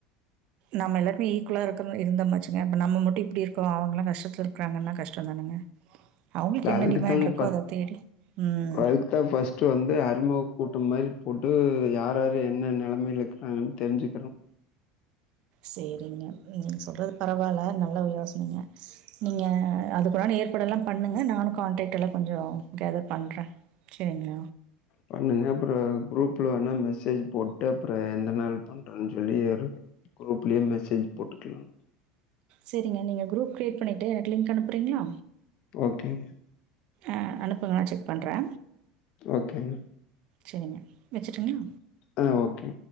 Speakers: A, on the right; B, on the left.
A: நாம எல்லாருமே ஈக்குவள்ள இருக்கனோ இருந்தமாச்சுங்க அப்டின்னா நம்ம மட்டும் இப்பிடியே இருக்கறோ அவங்கலாம் கஷ்டத்துல இருக்கிறாங்கன்னா கஷ்டம் தானுங்க அவுங்களுக்கு
B: இல்ல
A: என்ன
B: அதுக்கு
A: டிமேண்ட்
B: தாங்க
A: இருக்கோ அத தேடி ம்
B: அதுக்கு ஃபர்ஸ்ட் வந்து அறிமுக கூட்டம் மாரி போட்டு யார் யாரு என்ன நிலைமையில இருக்குறாங்க தெரிஞ்சுக்கனும்
A: செரிங்க நீங்க சொல்றது பரவால்ல நல்லா யோசனைங்க நீங்க அதுக்குன்டான ஏற்பாடெல்லாம் பண்ணுங்க நானும் கான்டாக்ட் எல்லாம் கொஞ்சம் கேதர் பண்றே செரிங்க
B: பண்ணுங்க அப்புறம் குரூப்ல வேணா மெசேஜ் போட்டு அப்புறம் எந்த நாள் பா னு சொல்லி குரூப்லயே மெசேஜ் போட்டுக்கலாம்
A: செரிங்க நீங்க குரூப் கிரியேட் பண்ணிட்டு எனக்கு லிங்க் அனுப்புறீங்களா?
B: ஓகேங்க,
A: ஆ அனுப்புங்க நான் செக் பண்றே
B: ஓகேங்க.
A: செரிங்க வச்சுட்டுங்களா?
B: ஆ ஓகே